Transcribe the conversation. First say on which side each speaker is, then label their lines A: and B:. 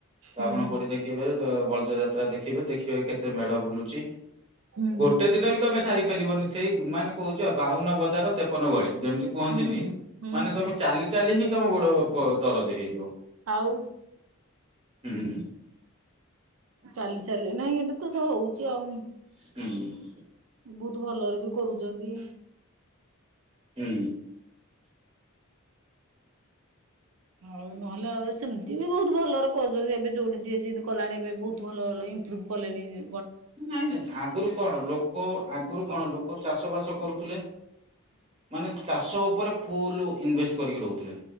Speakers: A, on the right; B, on the right.
A: ହୁଁ
B: ଆପଣ କୋଉଠି ଦେଖିବେ? ବଳଦ ଯାତ୍ରା ଦେଖିବେ ଦେଖିବେ କେତେ ମେଢ ବୁଲୁଛି।
A: ହୁଁ
B: ଗୋଟେ ଦିନ ବି ତମେ ସାରି କି ଆସିପାରିବନି ସେ ମାନେ କହୁଛି ବା, ବାଉନ ବଜାର ତେପନ ଗଳି ଯେମିତି କୁହନ୍ତିନି
A: ହୁଁ ହୁଁ ହୁଁ
B: ମାନେ
A: ହୁଁ
B: ତମେ ଚାଲି ଚାଲି ହିଁ ତମ ଗୋଡ ଦରଜ ହେଇଯିବ।
A: ଆଉ।
B: ହୁଁ।
A: ଚାଲି ଚାଲି ନାଇଁ ଏଇଟା ତ ହଉଛି ଆଉ।
B: ହୁଁ।
A: ବହୁତ ଭଲରେ ବି କରୁଛନ୍ତି।
B: ହୁଁ।
A: ଆଉ ନହେଲେ ଆଉ ସେମିତି ବି ବହୁତ ଭଲରେ କହୁଛନ୍ତି ଏବେ ଯୋଡିୁଛି ଯେମିତି କଲାଣି ଏବେ ବହୁତ ଭଲ ଭଲ <unintelligible> କଲେଣି ଯେ
B: ନାଇଁ, ନାଇଁ ଆଗରୁ କଣ ଲୋକ ଆଗରୁ କଣ
A: ହୁଁ
B: ଲୋକ ଚାଷ ବାସ କରୁଥିଲେ ମାନେ ଚାଷ ଉପରେ ଫୁଲ ଇନଭେଷ୍ଟ୍ କରିକି ରହୁଥିଲେ।